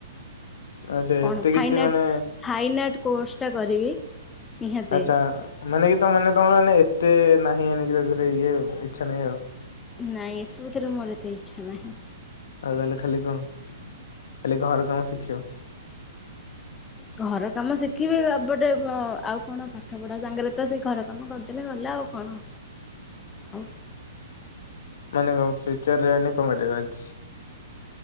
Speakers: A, on the left; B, on the left.
A: ଆଚ୍ଛା
B: କଣ
A: ଏତେ
B: ଫାଇନ୍
A: କିଛି
B: ଆର୍ଟ
A: ମାନେ
B: ଫାଇନ ଆର୍ଟ କୋର୍ସ ଟା କରିବି। ନିହାତି
A: ଆଚ୍ଛା ମାନେ କି ତ ମାନେ ତମରେ ଏତେ ନାହିଁ ଏ କି ତାରେ ଇଏ ଇଚ୍ଛା ନାହିଁ ଆଉ।
B: ନାଇଁ ଏସବୁଥିରେ ମୋର ଏତେ ଇଚ୍ଛା ନାହିଁ।
A: ଆଉ ତାହେଲେ ଖାଲି କଣ ଖାଲି ଘର କାମ ଶିଖିବ?
B: ଘର କାମ ଶିଖିବି ଗୋଟେ ଆଉ କଣ ପାଠ ପଢା ସାଙ୍ଗରେ ତ ସେଇ ଘର ତମେ କରିଦେଲେ ଗଲେ ଆଉ କଣ। ଆଉ
A: ମାନେ କଣ ଫ୍ୟୁଚର ରେ ମାନେ କଣ କରିବାର ଅଛି?